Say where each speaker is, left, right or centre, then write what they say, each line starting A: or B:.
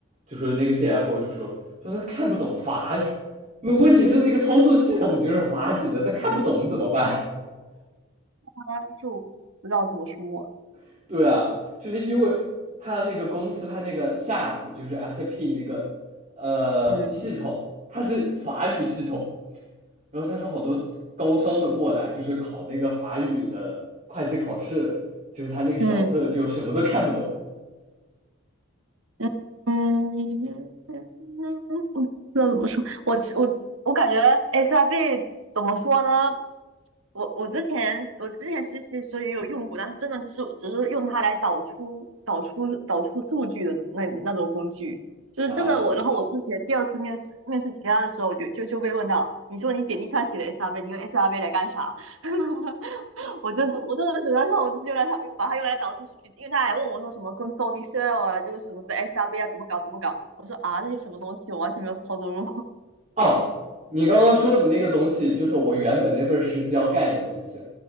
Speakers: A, on the right (about 30°); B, on the right (about 65°).
A: 就是那个 CFO 就说说他看不懂法语，那问题是那个操作系统就是法语的，他看不懂怎么办？
B: 它就不知道怎么说。
A: <laughs> 对啊，就是因为他那个公司他那个 SAP 就是 SAP 那个呃系统，
B: 嗯
A: 它是法语系统，然后他说好多高商的过来就是考那个法语的会计考试，就是他那个小册就什么都看不懂
B: 嗯嗯嗯，嗯不知道怎么说。我其我我感觉 SRB 怎么说呢？我我之前我之前实习的时候也有用过，但是真的只是只是用它来导出导出导出数据的那那种工具，就是真的我。
A: 啊。
B: 然后我之前第二次面试面试其他的时候就，就就被问到，你说你简历上写的 SRB，你用 SRB 来干啥？<laughs> 我就我真的只能说，我就是用来它把它用来导出数据，因为他还问我说什么 c o n s r o l i s e l 啊，就是什么的 XRB 啊，怎么搞怎么搞。我说啊，这些什么东西，我完全没有操作过。
A: 哦，你刚刚说的那个东西，就是我原本那份实习要干的东西。